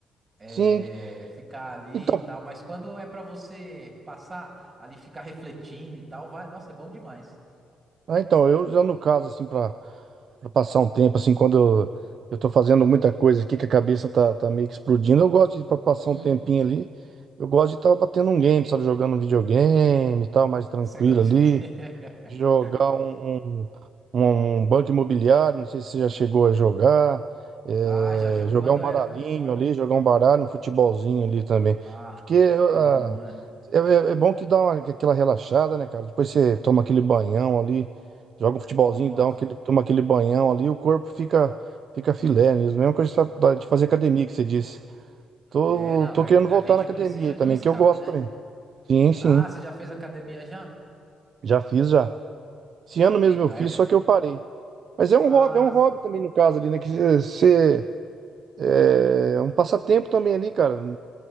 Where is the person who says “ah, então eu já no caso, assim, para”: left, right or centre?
Right